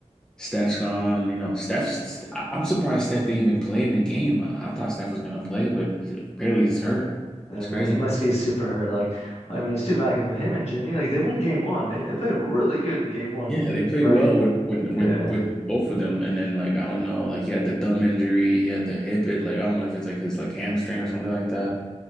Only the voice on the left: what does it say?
Yeah,
man,
he must be super hurt. Like, I mean, it's too bad because with him and Jimmy, like they won game one. They, they played really good in game one,
right?
Yeah,